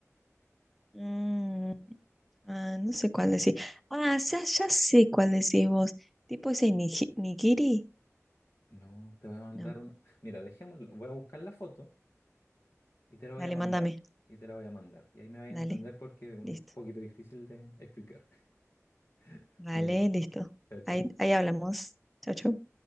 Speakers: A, in the centre; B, on the left.
A: Mm, ah, no sé cuál decís. Ah, ya, ya sé cuál decís vos. Tipo ese niji- nigiri.
B: No, te voy a mandar
A: No,
B: una... Mira, dejémoslo, voy a buscar la foto. Y te la voy
A: dale,
B: a mandar.
A: mándame.
B: Y te la voy a mandar. Y ahí me vais a
A: Dale,
B: entender porque es un
A: listo.
B: di- poquito difícil de explicar. <laughs>
A: Vale,
B: Vale.
A: listo.
B: Chao, chao.
A: Ahí, ahí hablamos. Chau, chau.